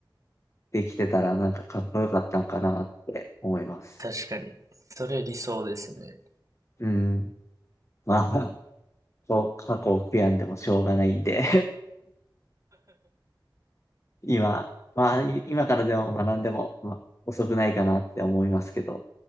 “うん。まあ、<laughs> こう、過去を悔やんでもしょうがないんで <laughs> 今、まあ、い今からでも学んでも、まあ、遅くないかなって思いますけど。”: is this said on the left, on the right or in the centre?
Left